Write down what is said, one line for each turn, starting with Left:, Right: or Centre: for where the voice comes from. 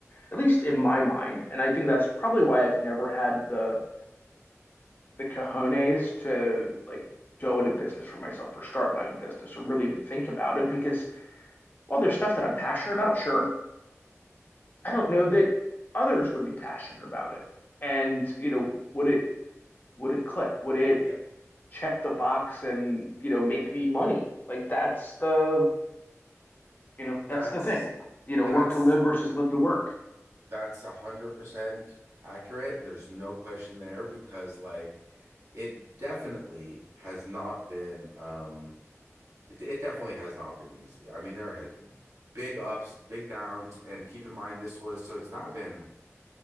Left: at least in my mind. And I think that's probably why I've never had the the cojones to like go into business for myself or start my own business or really even think about it because well, there's stuff that I'm passionate about, sure. I don't know that others would be passionate about it. And you know, would it would it click? Would it
Right: Yeah,
Left: check the box and you know make me money? Like that's the You know,
Right: that's
Left: that's the thing. You know,
Right: that's
Left: work to live versus live to work.
Right: that's a hundred percent accurate. There's no question there because like it definitely has not been um it, it definitely has not been easy. I mean, there has been big ups, big downs, and keep in mind this was so it's now been it's